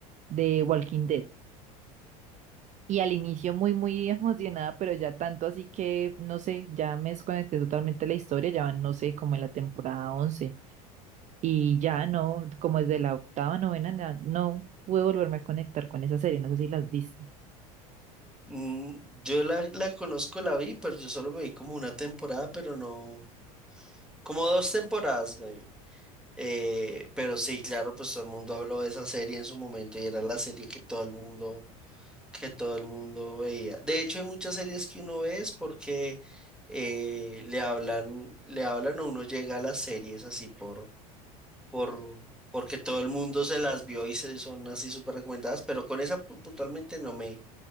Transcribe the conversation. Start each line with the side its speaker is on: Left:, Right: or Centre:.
Right: de Walking Dead. Y al inicio muy, muy emocionada, pero ya tanto así que, no sé, ya me desconecté totalmente de la historia, ya van, no sé, como en la temporada once Y ya no, como desde la octava, novena, na- no pude volverme a conectar con esa serie, no sé si las viste
Centre: Mm, Yo la, la conozco, la vi, pero yo solo me vi como una temporada, pero no, como dos temporadas me vi. Eh, pero sí, claro, pues todo el mundo habló de esa serie en su momento y era la serie que todo el mundo, que todo el mundo veía. De hecho, hay muchas series que uno ve es porque eh, le hablan, le hablan o uno llega a las series así por por, porque todo el mundo se las vio y se son así súper recomendadas, pero con esa pu- puntualmente no me,